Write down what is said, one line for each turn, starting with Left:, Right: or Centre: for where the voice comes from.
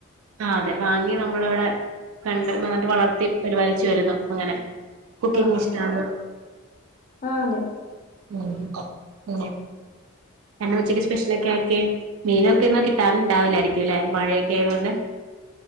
Right: ആ അതെ വാങ്ങി നമ്മള ഇവിടെ കണ്ട് നന്നിട്ട് വളർത്തി പരിപാലിച്ചു വരുന്നു അങ്ങനെ കുക്കിംഗ്
Left: ആ ആ
Right: ഇഷ്ടാണ്
Left: അതെ ആ അതെ
Right: <unintelligible> <unintelligible> ഉച്ചക്ക് സ്പെഷ്യലൊക്കെ ആക്കി മീനൊക്കെ ഒന്നും കിട്ടാനണ്ടാവൂില്ലായിരിക്കുംല്ലെ മഴയൊക്കെ ആയതുകൊണ്ട് <inaudible>